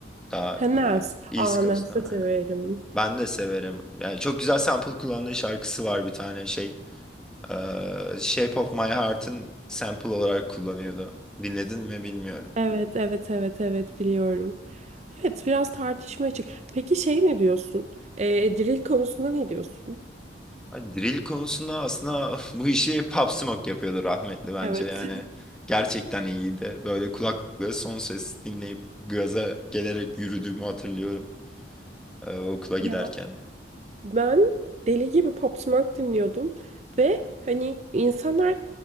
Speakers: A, in the centre; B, on the right.
A: daha
B: Ha, Nas.
A: e,
B: Aa
A: East Coast'ta
B: Nas'ı
A: aynen.
B: severim.
A: Ben de severim. Yani çok güzel sample kullandığı şarkısı var bir tane şey. e, Shape of My Heart'ın sample olarak kullanıyordu. Dinledin mi bilmiyorum.
B: Evet evet evet evet biliyorum. Evet biraz tartışma açık. Peki şey ne diyorsun? Ee, drill konusunda ne diyorsun?
A: Hani drill konusunda aslında <laughs> bu işi Pop Smoke yapıyordu rahmetli bence
B: Evet.
A: yani.
B: <laughs>
A: Gerçekten iyiydi. Böyle kulaklıkla son ses dinleyip gaza gelerek yürüdüğümü hatırlıyorum. e, okula giderken.
B: Ya Ben deli gibi Pop Smoke dinliyordum ve hani insanlar